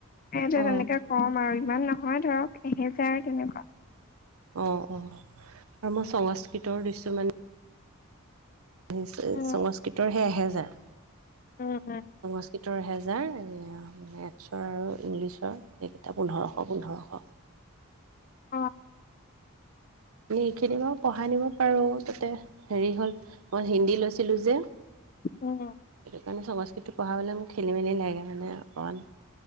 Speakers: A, on the left (about 40°); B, on the right (about 75°).
A: এইটো
B: অ
A: তেনেকে কম আৰু ইমান নহয় ধৰক এহেজাৰ তেনেকুৱা।
B: অ অ আৰু মই সংস্কৃতৰ দৃশ্য মানে ইচ
A: উম
B: সংস্কৃতৰ হে এহেজাৰ,
A: উম উম
B: সংস্কৃত সত্তৰ হেজাৰ মেথছৰ আৰু ইংলিছৰ এইকেইটা পোন্ধৰশ- পোন্ধৰশ।
A: অ',
B: এ এইখিনি বাৰু পঢ়াই নিব পাৰো তাতে হেৰি হল মই হিন্দী লৈছিলো যে। সেইটো
A: উম,
B: কাৰণে সংস্কৃতি পঢ়াবলৈ মোক খেলি মেলি লাগে মানে অকমান।